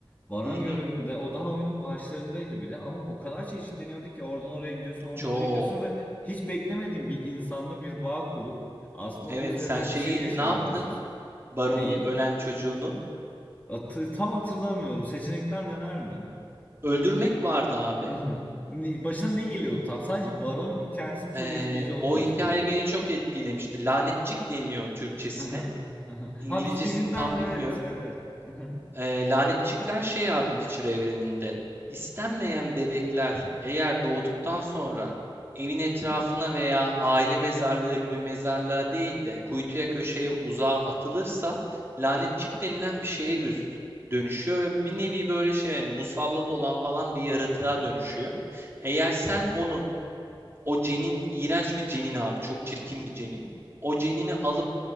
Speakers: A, on the left; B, on the right.
A: Baron
B: Hı hı.
A: görevinde o daha oyunun başlarındaydı bile ama o kadar çeşitleniyordu ki oradan oraya gidiyorsun, oradan
B: Çok.
A: oraya gidiyorsun ve hiç beklemediğin bir insanla bir bağ kurup aslında
B: Evet,
A: onun üzerinden
B: sen şeyi
A: bir şey yaşamaya
B: ne yaptın?
A: başlıyorsun.
B: Baron'un
A: Neyim?
B: ölen çocuğunu
A: Hatı- tam hatırlamıyorum. Seçenekler nelerdi?
B: öldürmek vardı abi.
A: Hı hı. Ne- Başına ne geliyordu tam? Sadece Baron hikayesinin çok
B: Ee,
A: etkileyici olduğunu
B: o hikaye
A: hatırlıyorum.
B: beni çok etkilemişti. Lanetçik deniyor Türkçesine.
A: Aha, aha.
B: İngilizcesini
A: Ha bir- birinden
B: tam
A: evet
B: bilmiyorum.
A: evet. Aha.
B: Eee, lanetçikler şey abi Witcher evreninde. İstenmeyen bebekler eğer doğduktan sonra evin etrafına veya aile mezarlığı gibi mezarlığa değil de kuytuya köşeye uzağa atılırsa lanetçik denilen bir şeye gözük dönüşüyor ve bir nevi böyle şey yani musallat olan falan bir yaratığa dönüşüyor. Eğer sen onu o cenin iğrenç bir cenin abi. Çok çirkin bir cenin. O cenini alıp